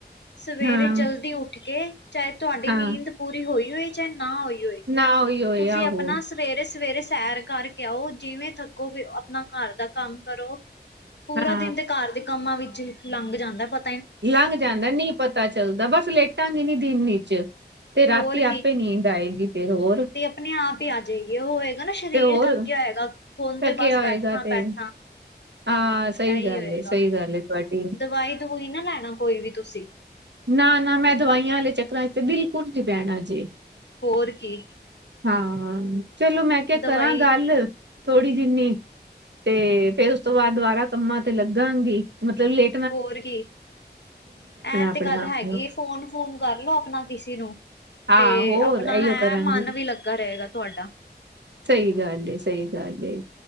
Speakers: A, on the left; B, on the right.
A: ਸਵੇਰੇ
B: ਹਾਂ
A: ਜਲਦੀ ਉੱਠ ਕੇ ਚਾਏ ਤੁਹਾਡੀ
B: ਹਾਂ
A: ਨੀਂਦ ਪੂਰੀ ਹੋਈ ਹੋਏ, ਚਾਹੇ ਨਾ ਹੋਈ ਹੋਏ,
B: ਨਾ ਉਹੀ ਹੋਏ
A: ਤੁਸੀਂ
B: ਆਹੋ
A: ਆਪਨਾ ਸ ਸਵੇਰੇ-ਸਵੇਰੇ ਸੈਰ ਕਰਕੇ ਆਓ, ਜਿਵੇਂ ਥੱਕੋਗੇ ਅਪਨਾ ਘਰ ਦਾ ਕੰਮ ਕਰੋ। ਪੂਰਾ
B: ਹਾਂ
A: ਦਿਨ ਤੇ ਘਰ ਦੇ ਕੰਮਾਂ ਵਿੱਚ ਲੰਘ ਜਾਂਦਾ ਪ
B: ਲੰਘ ਜਾਂਦਾ ਨਹੀਂ ਪਤਾ ਚਲਦਾ ਬਸ ਲੇਟਾਂਗੇ ਨਹੀਂ ਦਿਨ ਇਚ ਤੇ ਰਾਤੀ
A: ਹੋਰ
B: ਆਪੇ ਨੀਂਦ ਆਏਗੀ ਫਿਰ ਹੋਰ।
A: ਆਪਨੇ ਆਪ ਈ ਆ ਜਾਏਗੀ, ਉਹ ਹੋਏਗਾ ਨਾ ਸਰੀਰ
B: ਤੇ ਹੋਰ
A: ਥੱਕਿਆ ਹੋਏਗਾ। ਹੁਨ
B: ਥੱਕਿਆ
A: ਤੇ ਬਸ
B: ਹੋਏਗਾ
A: ਬੈਠਾਂ-ਬੈਠਾਂ
B: ਤੇ ਹਾਂ ਸਹੀ
A: ਇਹੀ
B: ਗੱਲ
A: ਹੋਏਗਾ,
B: ਏ ਸਹੀ ਗੱਲ ਏ ਤੁਹਾਡੀ
A: ਦਵਾਈ-ਦਵੂਈ ਨਾ ਲੈਣਾ ਕੋਈ ਵੀ ਤੁਸੀਂ।
B: ਨਾ-ਨਾ ਮੈਂ ਦਵਾਈਆਂ ਆਲੇ ਚੱਕਰਾਂ 'ਚ ਤਾਂ ਬਿਲਕੁਲ ਨੀ ਪੈਨਾ ਜੇ
A: ਹੋਰ ਕੀ।
B: ਹਾਂ, ਚਲੋ ਮੈਂ ਕਿਆ
A: ਦਵਾਈ
B: ਕਰਾਂ ਗੱਲ ਥੋੜ੍ਹੀ ਜਿੰਨੀ, ਤੇ ਫੇਰ ਉਸ ਤੋਂ ਬਾਅਦ ਦੁਬਾਰਾ ਕੰਮਾਂ ਤੇ ਲੱਗਾਂਗੀ ਮਤਲਬ ਲੇ
A: ਹੋਰ ਕੀ, ਐ
B: ਆਪਣੇ
A: ਤੇ ਗੱਲ
B: ਆਪ
A: ਹੈਗੀ
B: ਨੂੰ
A: ਏ ਫੋਨ-ਫੋਨ ਕਰਲੋ ਅਪਣਾ ਕਿਸੀ ਨੂੰ।
B: ਹਾਂ
A: ਤੇ
B: ਹੋਰ
A: ਆਪਣਾ
B: ਇਹੀਓ
A: ਹੈਂਅ
B: ਕਰਾਂਗੀ
A: ਮੱਨ ਵੀ ਲੱਗਾ ਰਏਗਾ ਤੁਹਾਡਾ।
B: ਸਹੀ ਗੱਲ ਏ-ਸਹੀ ਗੱਲ ਏ।